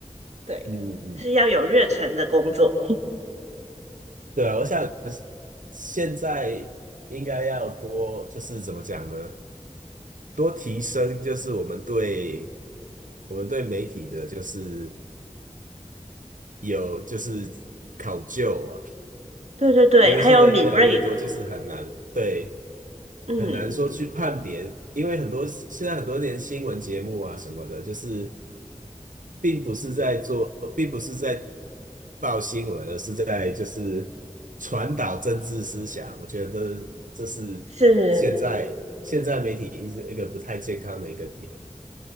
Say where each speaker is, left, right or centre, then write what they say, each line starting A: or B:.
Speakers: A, on the right; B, on the right.
A: 对，
B: 嗯嗯嗯，
A: 是要有热忱的工作。
B: 对啊，我想现在应该要多就是怎么讲呢？多提升就是我们对我们对媒体的，就是有就是考究啊，
A: 对对对，
B: 因为现在越来越多，
A: 还有敏锐，
B: 就是很难对
A: 嗯，
B: 很难说去判别，因为很多现在很多年新闻节目啊什么的，就是并不是在做，并不是在报新闻，而是在就是传导政治思想。我觉得这这是现在现在媒体一个一个不太健康的一个点。
A: 是，